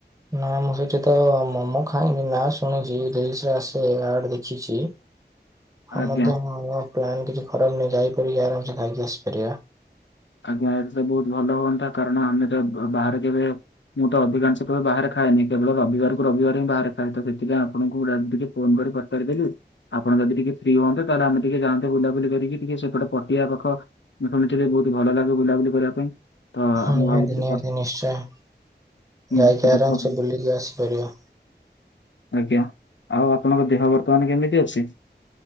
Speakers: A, on the right; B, on the left.
A: ନାଁ ମୁଁ ସେଠି ତ ମୋମୋ ଖାଇନି ନାଁ ଶୁଣିଛି ରିଲିସ୍ ରେ ଆସେ ଆଡ୍ ଦେଖିଛି। ଆଉ
B: ଆଜ୍ଞା
A: ମଧ୍ୟ୍ୟ ପ୍ଲାନ୍ କିଛି ଖରାପ ନାହିଁ ଯାଇପାରିକି ଆରାମସେ ଖାଇକି ଆସିପାରିବା।
B: ଆଜ୍ଞା ଏଟା ବହୁତ ଭଲ ହୁଅନ୍ତା କାରଣ ଆମେ ତ ବ ବାହାରେ କେବେ ମୁଁ ତ ଅଧିକାଂଶ କେବେ ବାହାରେ ଖାଏନି କେବଳ ରବିବାରକୁ ରବିବାର ହିଁ ବାହାରେ ଖାଏ ତ ସେଥିପାଇଁ ଆପଣଙ୍କୁ ରା ଟିକେ ଫୋନ୍ କରି ପଚାରିଦେଲି। ଆପଣ ଯଦି ଟିକେ ଫ୍ରି ହୁଅନ୍ତେ ତାହେଲେ ଆମେ ଟିକେ ଯାଆନ୍ତେ ବୁଲାବୁଲି କରିକି ଟିକେ ସେପଟେ ପଟିଆ ପାଖ ମୁଁ ଶୁଣିଥିଲି ବହୁତ ଭଲ ଲାଗେ ବୁଲାବୁଲି କରିବା ପାଇଁ। ତ
A: ହଁ
B: ମୁଁ
A: ନିହାତି
B: ଭାବୁଥିଲି
A: ନିହାତି
B: ପ
A: ନିଶ୍ଚୟ
B: ହୁଁ
A: ଯାଇକି
B: ସେପଟ
A: ଆରାମ୍
B: ପଟ-
A: ସେ ବୁଲିକି ଆସିପାରିବ।
B: ଆଜ୍ଞା ଆଉ ଆପଣଙ୍କ ଦେହ ବର୍ତ୍ତମାନ୍ କେମିତି ଅଛି?